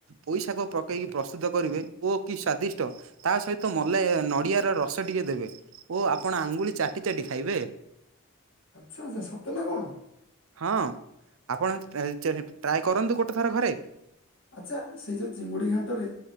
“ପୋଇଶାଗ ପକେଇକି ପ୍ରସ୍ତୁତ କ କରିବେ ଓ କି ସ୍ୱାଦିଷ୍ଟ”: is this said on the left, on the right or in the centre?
Right